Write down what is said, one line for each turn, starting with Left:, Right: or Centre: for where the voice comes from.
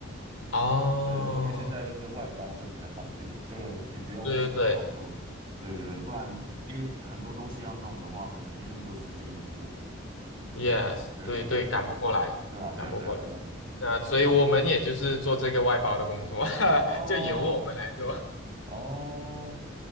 Left: 哦，
Right: 对对，因为现在就是外包会比较方便，就你不用什么都做。
Left: 对对对
Right: 对对对，不然因为很多东西要弄的话，没没那么多时间一直用。
Left: ，yes，
Right: 对对对对对，
Left: 对对，赶不过来，
Right: 对啊对啊对啊对啊
Left: 赶不过来。那所以我们也就是做这个外包的工作，
Right: 对啊，没
Left: <laughs>
Right: 哦
Left: 就由我们来做。
Right: 哦